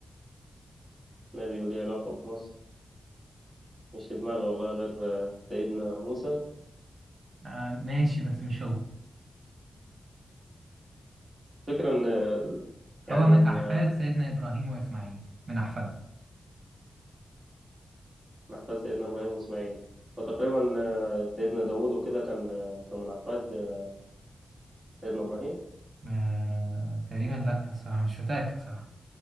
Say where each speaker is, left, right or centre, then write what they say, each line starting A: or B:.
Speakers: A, on the right (about 25°); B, on the right (about 50°).
A: نبي وليه علاقة بمصر مش في دماغي والله غير آه، سيدنا موسى
B: آه ماشي بس مش هو
A: فكرة إن يعني
B: هو من
A: إن
B: أحفاد سيدنا إبراهيم وإسماعيل من أحفادهم
A: من أحفاد سيدنا إبراهيم وإسماعيل فتقريبا آه، سيدنا داوود وكده كان آه، كان من أحفاد آه، سيدنا إبراهيم
B: آه تقريبا لا الصراحة مش متأكد صراحة